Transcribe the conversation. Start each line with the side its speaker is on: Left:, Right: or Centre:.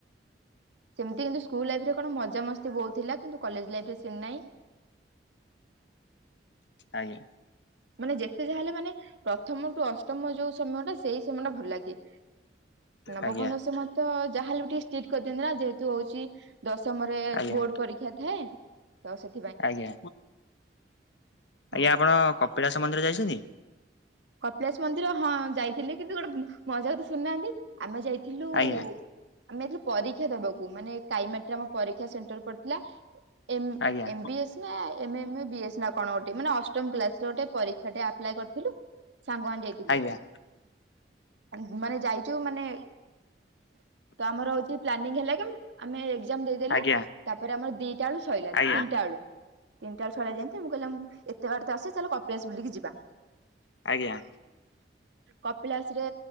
Right: ସେମିତି କିନ୍ତୁ ସ୍କୁଲ ଲାଇଫ ରେ କଣ ମଜା ମସ୍ତି ବହୁତଥିଲା କିନ୍ତୁ କଲେଜ ଲାଇଫରେ ସେମିତି ନାହିଁ।
Left: ଆଜ୍ଞା।
Right: ମାନେ ଯେତେ ଯାହା ହେଲେ ମାନେ ପ୍ରଥମଠୁ ଅଷ୍ଟମ ଯୋଉ ସମୟ ଟା ସେଇ ସମୟ ଟା ଭଲ ଲାଗେ। ନବମ
Left: ଆଜ୍ଞା
Right: ଦଶମ ତ ଯାହାହେଲେ ବି ଟିକେ ଷ୍ଟ୍ରିକ୍ଟ କରିଦିଅନ୍ତି ନା ଯେହେତୁ ହେଉଛି ଦଶମରେ
Left: ଆଜ୍ଞା
Right: ବୋର୍ଡ ପରୀକ୍ଷା ଥାଏ ତ ସେ
Left: ଆଜ୍ଞା।
Right: ହଁ
Left: ଆଜ୍ଞା ଆପଣ କପିଳାସ ମନ୍ଦିର ଯାଇଛନ୍ତି?
Right: କପିଳାଶ ମନ୍ଦିର ହଁ ଯାଇଥିଲି କିନ୍ତୁ ଗୋଟେ ମଜା କଥା ଶୁଣିନାହାନ୍ତି। ଆମେ ଯାଇଥିଲୁ
Left: ଆଜ୍ଞା
Right: ଆମେ ଯାଇଥିଲୁ ପରୀକ୍ଷା ଦବାକୁ ମାନେ କାଇମାଟିରେ ଆମ ପରୀକ୍ଷା ସେଣ୍ଟର ପଡିଥିଲା। ଏମ
Left: ଆଜ୍ଞା
Right: ଏଫ ବିଏସ୍ ନା M M A B S ନା କଣ ଗୋଟେ ମାନେ ଅଷ୍ଟମ କ୍ଲାସ ରେ ଗୋଟେ ପରୀକ୍ଷା ଟେ ଆପ୍ଲାଏ କରିଥିଲୁ। ସାଙ୍ଗ ମାନେ ଯାଇଥିଲୁ
Left: ଆଜ୍ଞା
Right: ମାନ ମାନେ ଯାଇଛୁ ମାନେ ତ ଆମର ହଉଛି ପ୍ଲାନିଂ ହେଲା କି ଆମେ ଆମେ ଏକ୍ଜାମ ଦେଇଦେଲୁ
Left: ଆଜ୍ଞା
Right: ତାପରେ ଆମର ଦିଟା ବେଳୁ ସଇଲା
Left: ଆଜ୍ଞା
Right: ତିନିଟା
Left: ଆଜ୍ଞା
Right: ବେଳୁ ତିନିାଟା ବେଳୁ ସଇଲା ଯେିମିତି ମୁଁ କହିଲି ଆମେ ଏ ତେ ବାଟ ତ ଆସିଛି ଚାଲ କପିଳାସ ବୁଲିକି ଯିବା।
Left: ଆଜ୍ଞା।
Right: କପିଳାସ ରେ